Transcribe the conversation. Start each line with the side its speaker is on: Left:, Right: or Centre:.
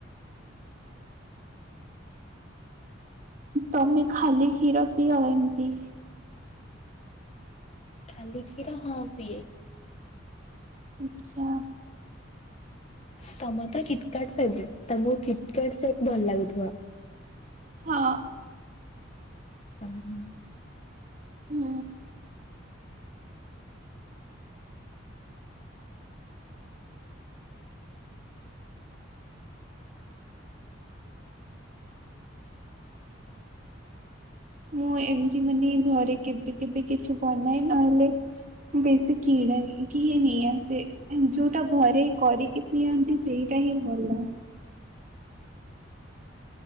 Right: ତମେ ଖାଲି କ୍ଷୀର ପିଅ ଏମିତି।
Left: ଖାଲି କ୍ଷୀର ହଁ ପିଏ।
Right: ଆଚ୍ଛା।
Left: ତମ ତ କିଟ୍ କାର୍ଟ ଫେବରାଇଟ୍ ତମକୁ କିଟ୍ କାର୍ଟ ସେଟଭଲ ଲାଗୁଥିବ।
Right: ହଁ।
Left: <unintelligible>
Right: ହୁଁ। ମୁଁ ଏମିତି ମାନେ ଘରେ କେବେ କେବେ କିଛି ବନାଇ ନହେଲେ ବେଶୀ କିରାଇ କି ନେଇ ଆସେ ଯୋଉଟା ଘରେ କରିକି ପିଅନ୍ତି ସେଇ ଟା ହି ଭଲ।